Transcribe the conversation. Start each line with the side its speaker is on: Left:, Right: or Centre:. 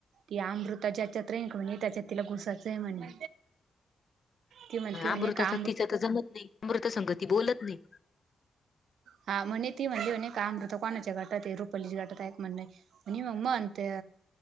Right: ती अमृता ज्याच्यात म्हणे त्याच्यात तिला घुसाचं आहे म्हणे. ती म्हणते म्हणे
Left: अमृता
Right: का
Left: तिच तर जमत नाही अमृता संगती बोलत नाही.
Right: हा म्हणे ती म्हणली म्हणे काय अमृत कोणाच्या गाटात रुपालीच्या गाटात म्हण म्ह मग